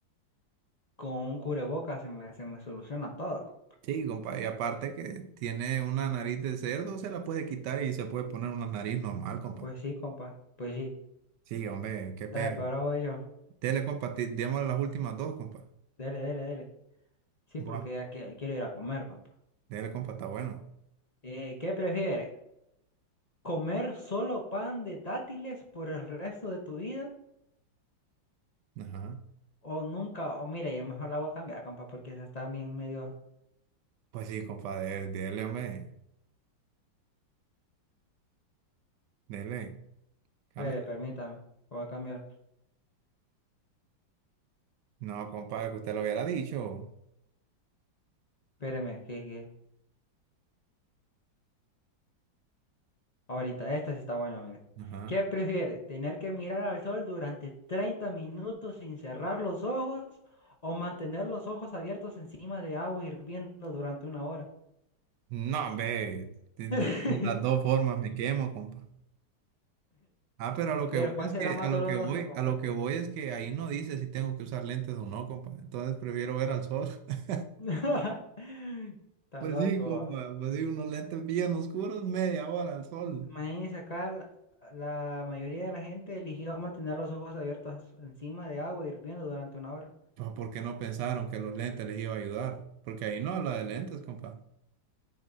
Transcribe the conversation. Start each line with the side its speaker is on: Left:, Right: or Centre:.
Left: con un cubrebocas se me, se me soluciona todo. co-
Right: Sí, compa, y aparte que tiene una nariz de cerdo, se la puede quitar y se puede poner una nariz normal, compa.
Left: Pues sí, compa. Pues sí.
Right: Sí, hombre, qué pedo.
Left: Dale, pero ahora voy yo.
Right: Dele, compa, ti- démosle las últimas dos, compa.
Left: Dele, dele, dele. Sí,
Right: Buah,
Left: porque ya qui- quiero ir a comer, compa.
Right: dele, compa, está bueno.
Left: Eh, ¿qué prefiere? ¿Comer solo pan de dátiles por el resto de tu vida?
Right: Ajá.
Left: O nunca, o mire, ya mejor la voy a cambiar, compa, porque esa está bien medio.
Right: Pues sí, compa, dele, dele, hombre. Dele. Cambia.
Left: Espere, permítame, la voy a cambiar.
Right: No, compa, que usted lo hubiera dicho.
Left: Espéreme, que, que... Ahorita, esta sí está buena, mire.
Right: Ajá.
Left: ¿Qué prefiere? ¿Tener que mirar al sol durante 30 minutos sin cerrar los ojos o mantener los ojos abiertos encima de agua hirviendo durante una hora?
Right: No, hombre. de-
Left: <laughs>
Right: Las dos formas me quemo, compa. Ah, pero a lo que
Left: Pero,
Right: voy
Left: ¿cuál
Right: es
Left: será
Right: que,
Left: más
Right: a lo
Left: dolorosa,
Right: que voy,
Left: compa?
Right: a lo que voy es que ahí no dice si tengo que usar lentes o no, compa. Entonces prefiero ver al sol. <laughs>
Left: <laughs> Está
Right: Pues
Left: loco.
Right: sí, compa, pues sí, unos lentes bien oscuros, media hora al sol.
Left: Maíz, acá la la mayoría de la gente eligió mantener los ojos abiertos encima de agua hirviendo durante una hora.
Right: Pues, ¿por qué no pensaron que los lentes les iba a ayudar? Porque ahí no habla de lentes, compa,